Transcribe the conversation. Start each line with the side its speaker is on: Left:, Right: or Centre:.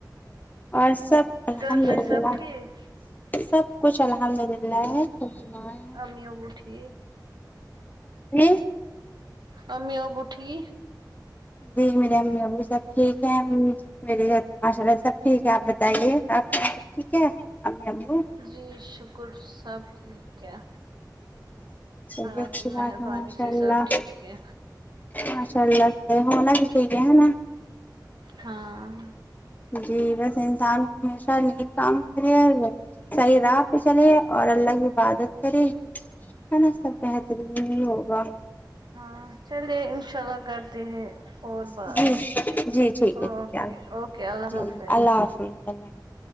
Left: اور سب الحمد
Right: گھر پہ
Left: اللہ
Right: سب ٹھیک
Left: سب کچھ الحمد اللہ ہے سنائیں
Right: امی اب اٹھی
Left: جی
Right: امی اب اٹھی
Left: جی میری امی امی سب ٹھیک ہے میرے گھر پہ ماشاء اللہ سب ٹھیک ہے اپ بتائیے اپ سب ٹھیک ہے امی ابو
Right: جی شکر سب ٹھیک ہے
Left: چلیے
Right: اللہ
Left: اچھی
Right: کی
Left: بات
Right: مہربانی
Left: ہے ماشاء
Right: سے
Left: اللہ
Right: سب ٹھیک ہے
Left: ماشاء اللہ سے ہونا بھی چاہیے ہے نا
Right: ہاں
Left: جی بس انسان کو ہمیشہ نیک کام کرے اور صحیح راہ پہ چلے اور اللہ کی عبادت کرے ہے نا سب بہترین ہی ہوگا
Right: ہ چلیے انشاء اللہ کر تے ہیں اور بات
Left: جی جی ٹھیک ہے
Right: اوکے
Left: ٹھیک ہے
Right: اوکے اللہ
Left: جی
Right: حافظ
Left: <unintelligible>